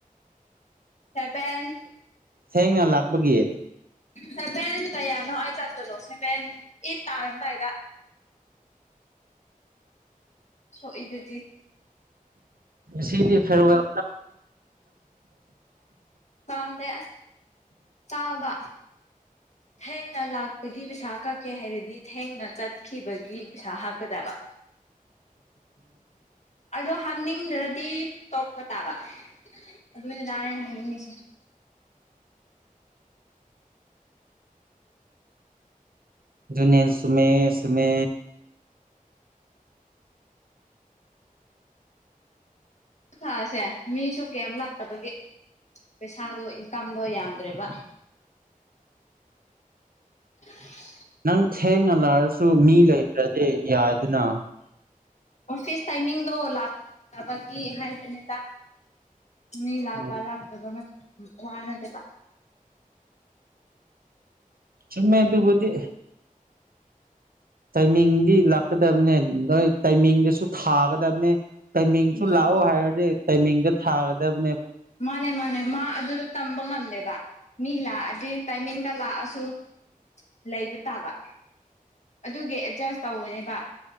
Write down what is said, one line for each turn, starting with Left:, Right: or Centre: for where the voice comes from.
Left: ꯁꯕꯦꯟ
Right: ꯊꯦꯡꯅ ꯂꯥꯛꯄꯒꯤ
Left: ꯁꯦꯚꯦꯟ ꯀꯌꯥꯅꯣ ꯑꯩ ꯆꯠꯄꯗꯣ ꯁꯦꯚꯦꯟ ꯑꯩꯠ ꯇꯥꯔꯝꯗꯥꯏꯗ ꯁꯣꯀꯦꯗꯨꯗꯤ
Right: ꯁꯤꯗꯤ ꯗꯥꯏꯔꯤꯜꯂ
Left: ꯇꯝꯕꯗꯦ ꯆꯥꯕ ꯊꯦꯡꯅ ꯂꯥꯛꯄꯒꯤ ꯄꯩꯁꯥ ꯀꯛꯀꯦ ꯍꯥꯏꯔꯗꯤ ꯊꯦꯡꯅ ꯆꯠꯈꯤꯕ ꯩ ꯍꯥꯞꯀꯗꯕ ꯑꯗꯣ ꯍꯥꯞꯅꯤꯡꯗ꯭ꯔ ꯤ ꯇꯣꯛꯄ ꯇꯥꯕ ꯑꯗꯨꯃꯥꯏꯅꯗꯥꯅ ꯍꯥꯏꯅꯤꯡꯉꯁꯦ
Right: ꯅꯦ ꯁꯃꯦ ꯁꯃꯦ
Left: ꯊꯥꯁꯦ ꯃꯤꯁꯨ ꯀꯩ ꯂꯥꯛꯇꯕꯒꯦ ꯄꯩꯁꯥꯗꯣ ꯏꯟꯀꯝꯗꯣ ꯌꯥꯝꯗ꯭ꯔꯦꯕ <inaudible> <unintelligible>
Right: ꯅꯪ ꯊꯦꯡꯅꯜꯂꯔꯁꯨ ꯃꯤ ꯂꯩꯇ꯭ꯔꯗꯤ ꯌꯥꯏꯗꯅ
Left: ꯑꯣꯐꯤꯁ ꯇꯥꯏꯃꯤꯡꯗꯣ ꯂꯥꯛꯇꯕꯒꯤ ꯍꯥꯏꯕꯅꯤꯗ ꯃꯤ ꯂꯥꯛꯄ
Right: ꯎꯝ
Left: ꯂꯥꯛꯇ ꯃ ꯋꯥꯅ ꯇꯕ
Right: ꯁꯨꯝꯃꯦ ꯑꯗꯨ ꯄꯗꯤ ꯇꯥꯏꯃꯤꯡꯗꯤ ꯂꯥꯛꯀꯗꯕꯅꯦ ꯅꯣꯏ ꯇꯥꯏꯃꯤꯡꯗꯁꯨ ꯊꯥꯒꯗꯕꯅꯦ ꯇꯥꯏꯃꯤꯡꯁꯨ
Left: ꯎꯝ
Right: ꯂꯥꯛꯑꯣ ꯍꯥꯏꯔꯗꯤ ꯇꯥꯏꯃꯤꯡꯗ ꯊꯥꯒꯗꯕ
Left: ꯃꯥꯅꯦ ꯃꯥꯅꯦ ꯃꯥ ꯑꯗꯨꯗ ꯇꯝꯕ ꯉꯝꯂꯦꯕ ꯃꯤ ꯂꯥꯛꯑꯗꯤ ꯇꯥꯏꯃꯤꯡꯒ ꯂꯥꯛꯑꯁꯨ ꯂꯩꯕ ꯇꯥꯕ ꯑꯗꯨꯒꯤ ꯑꯦꯠꯖꯁ ꯇꯧꯕꯅꯦꯕ